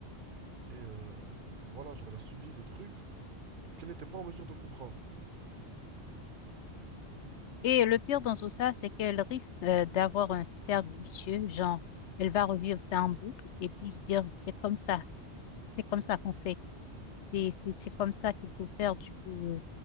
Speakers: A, on the right; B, on the left.
A: et euh, voilà, genre elle a subi des trucs qu'elle n'était pas en mesure de comprendre.
B: Et le pire dans tout ça, c'est qu'elle risque euh, d'avoir un cercle vicieux, genre, elle va revivre ça en boucle et puis se dire, c'est comme ça, c'est comme ça qu'on fait, c'est, c'est, c'est comme ça qu'il faut faire, du coup, euh,